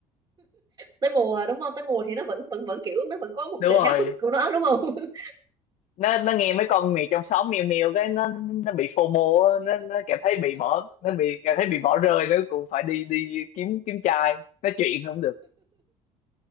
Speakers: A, on the right; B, on the left.
A: tới mùa đúng không tới mùa thì nó vẫn vẫn vẫn kiểu nó vẫn có một
B: đúng
A: cái
B: rồi
A: sự háo hức của nó đúng không <laughs>
B: nó nó nghe mấy con mèo trong xóm meo meo cái nó nó bị FOMO á, nó nó cảm thấy bị bỏ nó bị cảm thấy bị bỏ rơi nó cũng phải đi đi kiếm kiếm trai nói chuyện không được